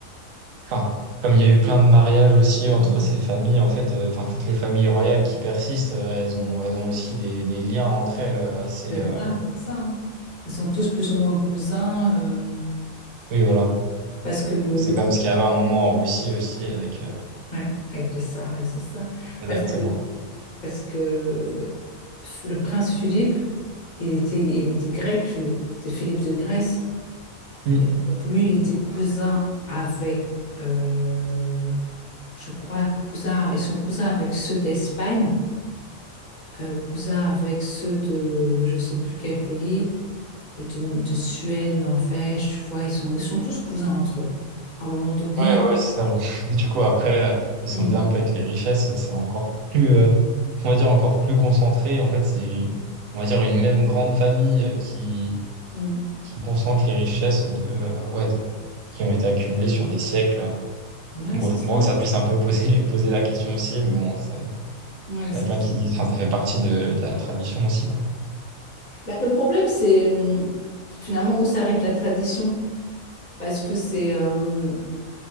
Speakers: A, on the right (about 70°); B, on the left (about 35°).
A: Enfin, comme il y a eu plein de mariages aussi entre
B: Hein.
A: ces familles, en fait, euh, enfin, toutes les familles royales qui persistent, euh, elles ont, elles ont aussi des, des liens entre elles euh, assez.
B: C'est
A: euh,
B: ça, c'est ça. hein. Ils sont tous plus ou moins cousins euh,
A: Oui, voilà.
B: parce que le,
A: C'est
B: le pr-
A: comme ce qu'il y avait un moment en Russie aussi avec. euh,
B: ouais, avec le ça, avec ce ça,
A: Exactement.
B: parce que parce que le prince Philippe, il était il était grec lui, c'était Philippe de Grèce.
A: Mm.
B: Et donc lui, il était cousin avec euh, je crois cousin, ils sont cousins avec ceux d'Espagne, euh, cousins avec ceux de je sais plus quel pays. et de, de Suède, Norvège, tu vois, ils sont, ils sont tous cousins entre eux. À un moment donné.
A: Ouais, ouais, c'est ça. bon. <laughs> Du coup, après, euh, parce
B: Mm,
A: qu'on disait un peu avec les richesses, c'est encore plus. euh, On va dire encore plus concentré. En fait, c'est, on va dire, une même grande famille qui
B: mm.
A: qui concentre les richesses de, euh, ouais, de- qui ont été accumulées sur des siècles.
B: Ouais,
A: Bon,
B: c'est
A: je
B: ça.
A: comprends que ça puisse un peu poser, <laughs> poser la question aussi, mais bon, ça,
B: Ouais,
A: on
B: ça
A: a plein
B: c'est-
A: qui disent, enfin, ça fait partie de, de la tradition aussi, quoi.
B: Bah, le problème, c'est hum, finalement où s'arrête la tradition. Parce que c'est, hum,